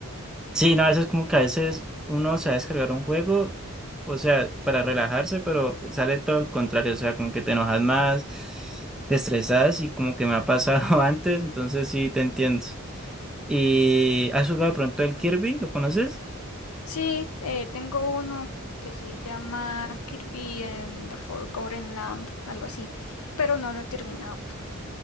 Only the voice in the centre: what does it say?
Sí, no, a veces como que a veces uno se va a descargar un juego, o sea, para relajarse, pero sale todo el contrario, o sea, como que te enojas más, te estresas y como que me ha pasado <laughs> antes, entonces sí, te entiendo. ¿Y has jugado de pronto el Kirby? ¿Lo conoces?